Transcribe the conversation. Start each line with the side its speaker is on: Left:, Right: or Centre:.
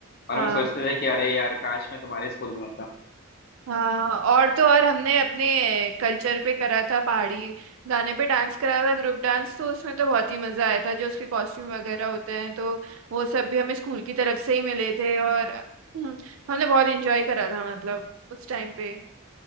Left: और
Right: हाँ
Left: हम सोचते थे कि अरे यार काश मैं तुम्हारे स्कूल में होता
Right: हाँ और तो और हमने अपने कल्चर पे करा था पहाड़ी गाने पे डांस करा था ग्रुप डांस तो उसमें तो बहुत ही मजा आया था जो उसके कॉस्ट्यूम वगैरह होते हैं तो वो सब भी हमें स्कूल की तरफ से ही मिले थे और हम्म, हमने बहुत एंजॉय करा था मतलब उस टाइम पे